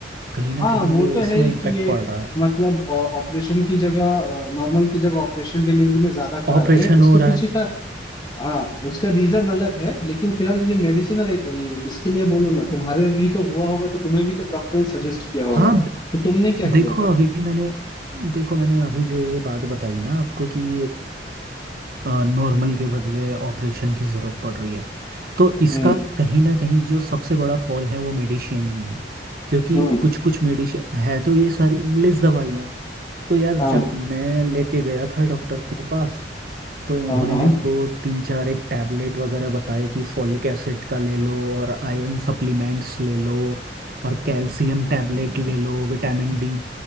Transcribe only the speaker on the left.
हाँ
वो
तो
है ही
कि ये
मतलब ऑपरेशन की जगह नॉर्मल की जगह ऑपरेशन डिलीवरी में ज्यादा कराते
हैं उसके
पीछे
का हाँ उसका रीजन अलग है लेकिन फिलहाल ये मेडिसिन और ये इसके लिए बोलो ना तुम्हारे भी तो हुआ होगा तो तुम्हें भी तो डॉक्टर ने सजेस्ट किया होगा
तो तुमने क्या किया
था
हम्म
हम्म
हाँ
हाँ हाँ